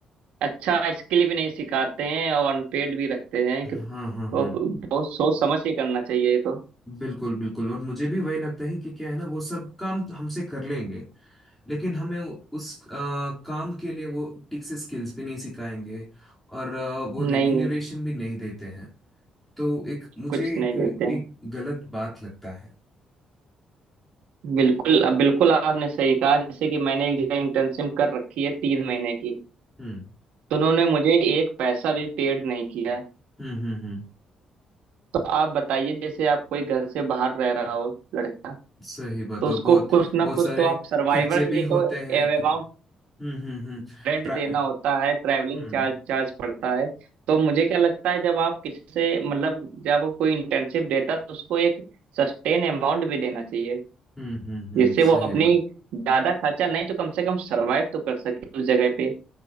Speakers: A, on the right (about 90°); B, in the centre.
A: अच्छा स्किल भी नहीं सिखाते हैं और अनपेड भी रखते हैं कि
B: हाँ हाँ हाँ
A: वो बहुत सोच समझ के करना चाहिए ये तो
B: बिल्कुल बिल्कुल और मुझे भी वही लगता है कि क्या है ना वो सब काम तो हमसे कर लेंगे लेकिन हमें उ- उस अ, काम के लिए वो ठीक से स्किल्स भी नहीं सिखाएंगे और अ, वो रेम्यूनरेशन
A: नहीं
B: भी नहीं देते हैं तो एक मुझे
A: कुछ
B: एक
A: नहीं देते
B: एक
A: हैं
B: गलत बात लगता है
A: बिल्कुल अब बिल्कुल आपने सही कहा जैसे कि मैंने एक जगह इंटर्नशिप कर रखी है तीन महीने की
B: हम्म
A: तो उन्होंने मुझे एक पैसा भी पेड नहीं किया है
B: हम्म हम्म हम्म
A: तो आप बताइए जैसे आप कोई घर से बाहर रह रहा हो लड़का
B: सही बात
A: तो
B: और
A: उसको
B: बहुत
A: कुछ ना
B: बहुत
A: कुछ
B: सारे
A: तो आप सर्वाइवर
B: खर्चे
A: के
B: भी
A: लिए
B: होते
A: तो
B: हैं ट्र-
A: अमाउंट
B: हम्म हम्म हम्म
A: रेंट
B: ट्रा-
A: देना होता है ट्रैवलिंग
B: हम्म
A: चार्ज चार्ज पड़ता है तो मुझे क्या लगता है जब आप किसी से मतलब जब कोई इंटर्नशिप देता है तो उसको एक सस्टेन अमाउंट भी देना चाहिए
B: हम्म हम्म हम्म
A: जिससे वो
B: सही
A: अपनी
B: बात
A: ज्यादा खर्चा नहीं तो कम से कम सरवाइव तो कर सके उस जगह पे